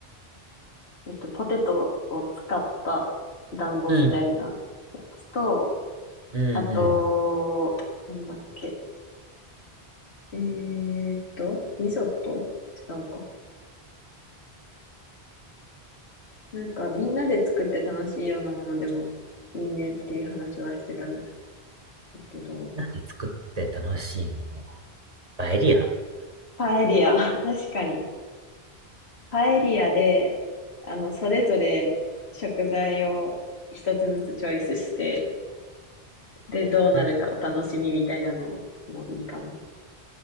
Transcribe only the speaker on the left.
えっと、ポテトを使った団子みたいなやつと、
あと、なんだっけ。えーっと、リゾット違うか。なんかみんなで作って楽しいようなものでもいいねっていう話はしてたんだけど、
パエリア。<laughs> 確かに。パエリアで、あの、それぞれ食材を一つずつチョイスして、で、どうなるかお楽しみみたいなのもいいかもね。